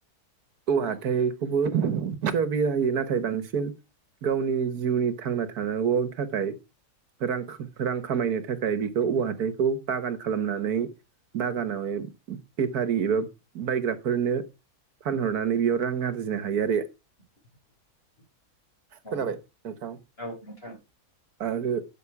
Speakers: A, on the right; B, on the left.
A: औ हाथायखौबो बिर होयो नाथाय बांसिन गावनि जिउनि थांना थानांगौआव थाखाय रां रां खामायनो थाखाय बेखौ औवा हाथाइखौ बागान खालामनानै बागानाव बेफारि एबा बायग्राफोरनो फानहरनानै बेयाव रां आरजिनो हायो आरो
B: <inaudible> औ
A: खोनाबाय नोंथां
B: औ नोंथां
A: आरो